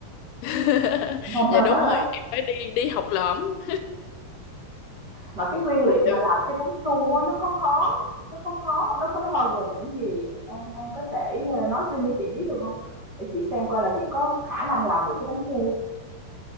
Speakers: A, on the left; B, on the right.
A: <laughs>
B: <laughs>
A: Dạ đúng rồi. Em phải đi đi học lỏm.
B: Mà cái nguyên liệu mà
A: <laughs>
B: làm cái bánh su á, nó có khó nó có khó nó có nó bao gồm những gì? An An có thể, ờ, nói thêm cho chị biết được không Để chị xem coi là chị có khả năng làm được cái bánh su